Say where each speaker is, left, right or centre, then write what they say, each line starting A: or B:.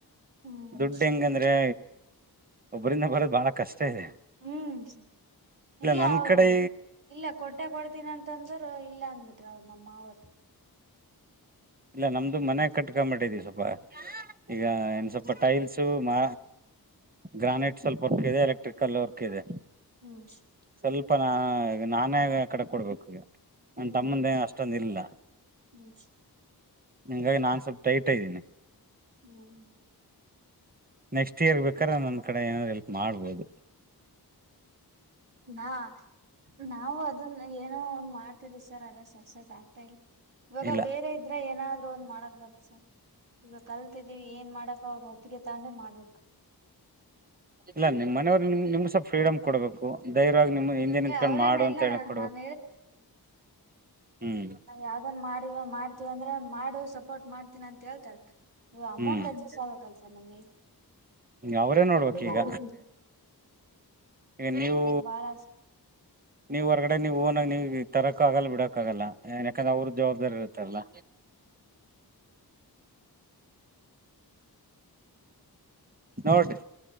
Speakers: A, on the right; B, on the right.
A: ಹ್ಮ್
B: ದುಡ್ ಹೆಂಗಂದ್ರೆ ಒಬ್ಬರಿಂದ ಬರೋದ್ ಬಹಳ ಕಷ್ಟ ಇದೆ
A: ಹ್ಮ್ ಇಲ್ಲ
B: ನನ್
A: ಅವರು
B: ಕಡೆ
A: <unintelligible> ಹೋಗ ಇಲ್ಲ ಕೊಟ್ ಊಟ ಕೊಡ್ತೀನಿ ಅಂತಂದ್ರ ಇಲ್ಲ ಅಂದ್ಬಿಟ್ರ ಅವ ನಮ್ಮಮವೊರ್
B: ಇಲ್ಲ ನಮ್ದು ಮನ್ಯ ಕಟ್ಕೊಂಬಟ್ಟಿದವಿ ಸ್ವಲ್ಪ ಈಗ ಏನ್ ಸ್ವಲ್ಪ್ ಟೈಲ್ಸು ಮ ಗ್ರಾನೈಟ್ ಸ್ವಲ್ಪ ವರ್ಕ್ ಇದೆ ಎಲೆಕ್ಟ್ರಿಕಲ್ ವರ್ಕ್ ಇದೆ
A: ಹ್ಮ್
B: ಸ್ವಲ್ಪ ನಾ ನಾನೇ ಕಡೆ ಕೊಡ್ಬೇಕು ಈಗ ನನ್
A: ಹ್ಮ್
B: ತಮ್ಮಂದೇ ಅಷ್ಟೊಂದ್ ಇಲ್ಲ
A: ಹ್ಮ್
B: ಹಿಂಗಾಗಿ ನಾನ್ ಸ್ವಲ್ಪ ಟೈಟ್ ಇದ್ದೀನಿ
A: ಹ್ಮ್
B: ನೆಕ್ಸ್ಟ್ ಇಯರ್ ಬೇಕ್ರೆ ನನ್ನ ಕಡೆ ಏನಾದರು ಹೆಲ್ಪ್ ಮಾಡ್ಬೋದು
A: ನಾ ನಾವು ಅದನ್ನ ಏನೋ ಒಂದ್ ಮಾಡ್ತಿದಿವಿ ಸರ್ ಅದ ಸಕ್ಸಸ್ ಆಗ್ತಾ ಇಲ್ಲ ಇವಾಗ
B: ಇಲ್ಲ
A: ಬೇರೆ ಇದ್ರೆ ಏನಾದ್ರು ಒಂದ್ ಮಾಡಕ್ ಬರ್ತ್ ಸ ಈಗ ಕಲ್ತಿದ್ದೀವಿ ಏನ್ ಮಾಡಕ ಅವ್ರು ಒಪ್ಪಿಗೆ ತಗೊಂಡೆ ಮಾಡ್ಬೇಕ್
B: ಇಲ್ಲ ನಿಮ್ ಮನೆಯವರ್ ನಿಮ್ <unintelligible> ಫ್ರೀಡಮ್ ಕೊಡ್ಬೇಕು ಧೈರ್ಯವಾಗಿ ನಿಮ್ ಹಿಂದೆ ನಿಂತ್ಕೊಂಡು
A: ಅವ್ರೇನೆಲ್ಲ
B: ಮಾಡು ಅಂತ ಹೇಳ
A: ನಾನ್
B: ಕೊಡ್ಬೇಕು
A: ನಾನ್
B: ಹ್ಮ್
A: ಅದ ಯಾವ್ದನ್ ಮಾಡಿವ ಮಾಡ್ತಿವಂದ್ರೆ ಮಾಡು ಸಪೋರ್ಟ್ ಮಾಡ್ತೀನ ಅಂತ ಹೇಳ್ತಾರ ಅಮೌಂಟ್
B: ಹ್ಮ್
A: ಅಜಸ್ಟ್ ಆಗ್ಬೇಕಲ್ ಸರ್ ನಮ್ಗೆ
B: ಅವ್ರೇ ನೋಡ್ಬೇಕ್
A: ಓ
B: ಈಗ
A: ಹ್ಮ್
B: ಈಗ ನೀವು
A: ಅಂದ್ರ ಬಾಳ
B: ನೀವು ಹೊರಗಡೆ ನೀವು ಓನಾಗ ನೀವು ತರೋಕ್ಕ ಆಗಲ್ಲ ಬಿಡಕ್ಕ ಆಗಲ್ಲ ಏ ಯಾಕಂದ್ರೆ ಅವ್ರ ಜವಾಬ್ದಾರಿ ಇರುತ್ತಾರಲ್ಲ ನೋಡ್ರಿ